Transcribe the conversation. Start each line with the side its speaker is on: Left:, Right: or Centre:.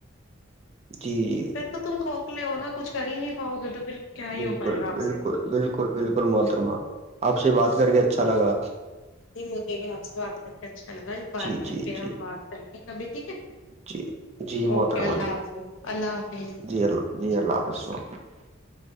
Left: <unintelligible>
Right: جی جی
Left: <unintelligible>
Right: <unintelligible>
Left: ہی ہو پائے گا آپ سے
Right: <unintelligible>
Left: <unintelligible> <unintelligible>
Right: جی جی
Left: <unintelligible>
Right: جی <unintelligible>
Left: اوکے اللہ حافظ اللہ حافظ